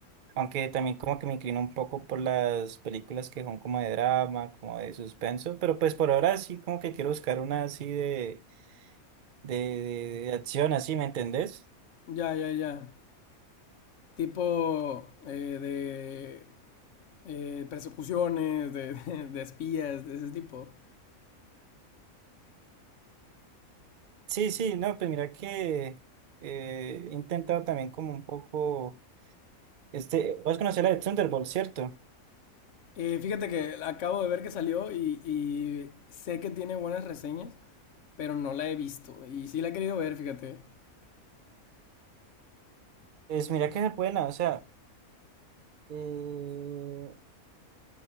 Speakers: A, on the right; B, on the left.
A: aunque también como que me inclino un poco por las películas que son como de drama, como de suspenso, pero pues por ahora sí como que quiero buscar una así de, de, de- de acción, así, ¿me entendés?
B: Ya, ya, ya. Tipo eh, de eh, persecuciones, de, <laughs> de, de espías, de ese tipo.
A: Sí, sí, no, pues mira que eh, he intentado también como un poco, este, vos conocés la de Thunderbolt, ¿cierto?
B: Eh, fíjate que acabo de ver que salió y, y sé que tiene buenas reseñas, pero no la he visto. Y sí la he querido ver, fíjate.
A: Pues mira que es buena, o sea... Eh,